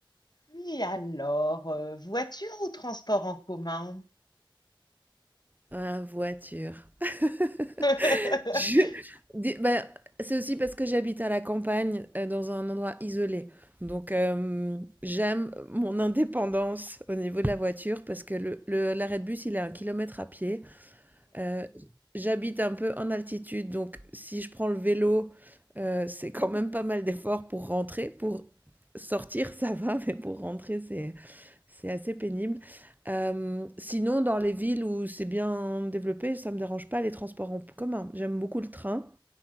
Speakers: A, on the left (about 50°); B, on the right (about 20°).
A: puis alors, euh, voiture ou transport en commun?
B: Ah, voiture. <laughs>
A: <laughs>
B: Je dis ben, c'est aussi parce que j'habite à la campagne, heu, dans un endroit isolé. Donc, hem, j'aime mon indépendance au niveau de la voiture parce que le le l'arrêt de bus, il est à un kilomètre à pied. Heu, j'habite un peu en altitude, donc si je prends le vélo, heu, c'est quand même pas mal d'efforts pour rentrer. Pour sortir, ça va, <laughs> mais pour rentrer, c'est c'est assez pénible. Hem, sinon, dans les villes où c'est bien développé, ça me dérange pas les transports en commun. J'aime beaucoup le train,